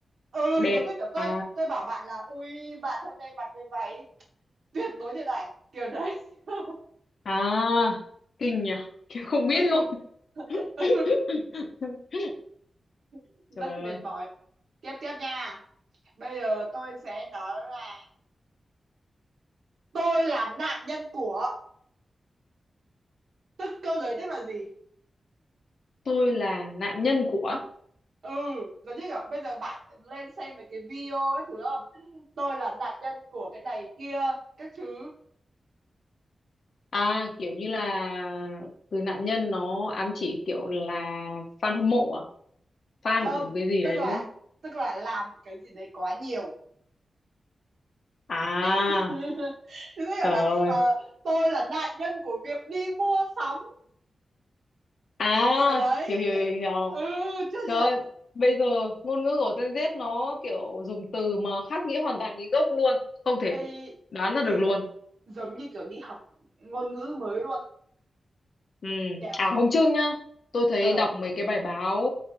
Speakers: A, on the right; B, on the left.
A: ừ
B: đẹp
A: giống như kiểu tôi
B: à
A: tôi bảo bạn là ui bạn hôm nay mặc cái váy tuyệt đối điện ảnh kiểu đấy <laughs>
B: à kinh nhỉ kiểu không biết
A: Ừ.
B: luôn <laughs>
A: Ừ. <laughs>
B: trời
A: rất mệt
B: ơi
A: mỏi tiếp tiếp nha bây giờ tôi sẽ nói là tôi là nạn nhân của tức câu đấy tức là gì
B: tôi là nạn nhân của
A: ừ giống như kiểu bây giờ bạn lên xem mấy cái video ấy thứ không tôi là nạn nhân của cái này kia các thứ
B: À kiểu như là từ nạn nhân nó ám chỉ kiểu là fan hâm mộ à? Fan
A: không
B: của một cái gì
A: tức
B: đấy
A: là
B: đúng không?
A: tức là làm cái gì đấy quá nhiều
B: À
A: <laughs> tức
B: trời
A: là
B: ơi.
A: ờ, tôi là nạn nhân của việc đi mua sắm
B: À
A: kiểu đấy
B: hiểu hiểu hiểu. hiểu.
A: ừ chưa
B: Trời
A: chưa chưa
B: ơi, bây giờ ngôn ngữ của Gen Z nó kiểu dùng từ mà khác nghĩa hoàn toàn cái gốc luôn, không thể
A: ê,
B: đoán ra
A: ê
B: được luôn.
A: giống giống như kiểu đi học ngôn ngữ mới luôn
B: Ừ.
A: nhỉ
B: À hôm trước nhá, tôi thấy
A: ờ
B: đọc mấy cái bài báo